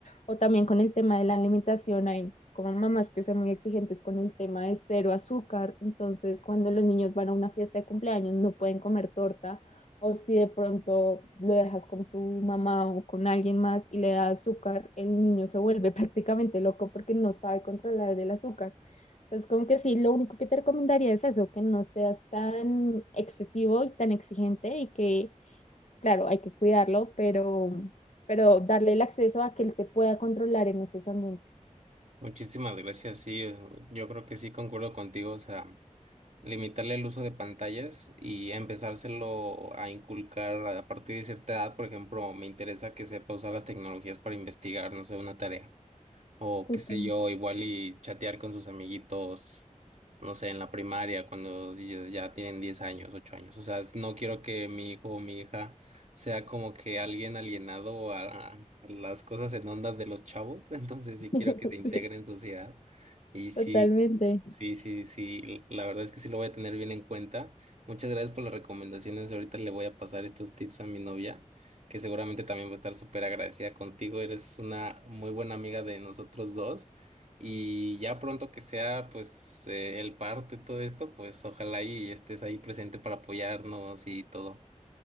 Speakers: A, on the left (about 65°); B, on the right (about 65°).
A: o también con el tema de la alimentación hay como mamás que son muy exigentes con el tema de cero azúcar, entonces cuando los niños van a una fiesta de cumpleaños no pueden comer torta o si de pronto lo dejas con tu mamá o con alguien más y le das azúcar, el niño se vuelve <laughs> prácticamente loco porque no sabe controlar el azúcar. Entonces, como que sí, lo único que te recomendaría es eso, que no seas tan excesivo y tan exigente y que, claro, hay que cuidarlo, pero, pero darle el acceso a que él se pueda controlar en esos ambientes.
B: Muchísimas gracias, sí, eh, yo creo que sí concuerdo contigo, o sea. limitarle el uso de pantallas y empezárselo a inculcar a partir de cierta edad. Por ejemplo, me interesa que sepa usar las tecnologías para investigar, no sé, una tarea. O
A: Justamente.
B: qué sé yo, igual y chatear con sus amiguitos, no sé, en la primaria, cuando ellos ya tienen 10 años, 8 años. O sea, es- no quiero que mi hijo o mi hija sea como que alguien alienado a, a las cosas en onda de los chavos. <laughs> Entonces sí quiero
A: <laughs>
B: que se integre
A: Sí,
B: en sociedad. Y sí,
A: totalmente.
B: sí, sí, sí, l- la verdad es que sí lo voy a tener bien en cuenta. Muchas gracias por las recomendaciones. Ahorita le voy a pasar estos tips a mi novia que seguramente también va a estar súper agradecida contigo. Eres una muy buena amiga de nosotros dos. Y ya pronto que sea, pues, eh, el parte todo esto, pues ojalá y estés ahí presente para apoyarnos y todo.